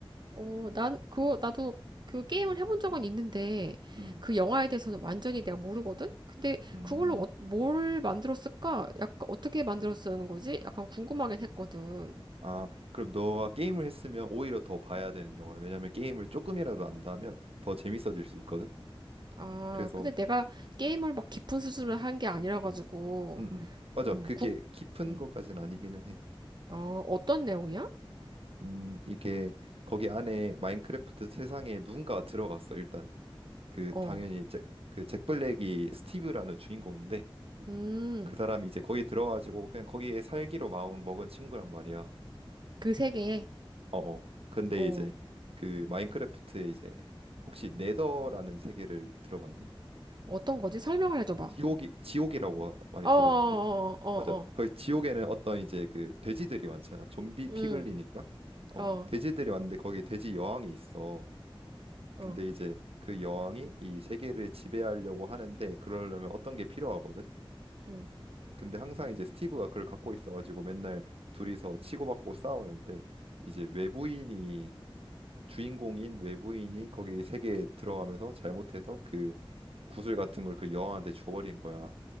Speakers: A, on the right; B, on the right.
A: 어, 난 그거 나도 그 게임을 해본 적은 있는데
B: 음,
A: 그 영화에 대해서는 완전히 내가 모르거든. 근데
B: 음.
A: 그걸로 어, 뭘 만들었을까? 약간 어떻게 만들었다는 거지? 약간 궁금하긴 했거든.
B: 아, 그럼 너가 게임을 했으면 오히려 더 봐야 되는 영화야. 왜냐면 게임을 조금이라도 안다면 더 재밌어질 수 있거든.
A: 아,
B: 그래서,
A: 근데 내가 게임을 막 깊은 수준을 한 게 아니라 가지고
B: 음, 음. 맞아.
A: 음,
B: 그게
A: 구,
B: 깊은
A: 음,
B: 것까지는 아니기는 해.
A: 어, 어떤 내용이야?
B: 음, 이게 거기 안에 마인크래프트 세상에 누군가 들어갔어. 일단 그
A: 어,
B: 당연히 잭, 그잭 블랙이 스티브라는 주인공인데
A: 음,
B: 그 사람이 이제 거기 들어가지고 그냥 거기에 살기로 마음 먹은 친구란 말이야.
A: 그 세계,
B: 어, 어. 근데
A: 어,
B: 이제 그 마인크래프트에 이제 혹시 네더라는 세계를 들어봤니?
A: 어떤 거지? 설명을 해줘봐.
B: 지옥이 지옥이라고 많이
A: 어,
B: 부르는데
A: 어, 어, 어,
B: 맞아
A: 어,
B: 거기 지옥에는 어떤 이제 그 돼지들이 많잖아 좀비
A: 음,
B: 피글린인가 어
A: 어,
B: 돼지들이 왔는데 거기 돼지 여왕이 있어
A: 어,
B: 근데 이제 그 여왕이 이 세계를 지배하려고 하는데 그러려면 어떤 게 필요하거든
A: 음,
B: 근데 항상 이제 스티브가 그걸 갖고 있어가지고 맨날 둘이서 치고받고 싸우는데 이제 외부인이 주인공인 외부인이 거기 세계에 들어가면서 잘못해서 그 구슬 같은 걸 그 여왕한테 줘버린 거야